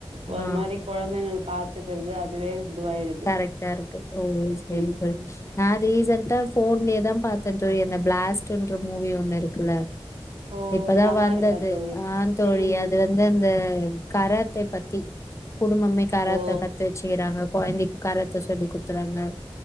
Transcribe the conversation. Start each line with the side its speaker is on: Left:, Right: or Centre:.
Right: ஒரு
Left: ஆ
Right: மாரி கொழந்தைங்கள் பாத்துக்குறது அதுவே இதுவாயிடுது
Left: கரெக்டா இருக்கு ஓ சேரி
Right: ம்
Left: சேரி
Right: ம்
Left: நா ரீசண்டா ஃபோன்லேயேதா பா துன்ருக்கே இந்த பிளாஸ் டுன்ற மூவி ஒன்னு இருக்குல
Right: ஓ
Left: இப்பதா
Right: நல்லா
Left: வந்தது
Right: இருக்கா தோழி
Left: ஆ தோழி
Right: ம்
Left: அது ந்து அந்த கராத்தே பத்தி குடும்பமே கராத்த
Right: ஓ
Left: கத்து வெச்சுக்குறாங்க கொழந்தை காரத்த சொல்லி குத்துறாங்க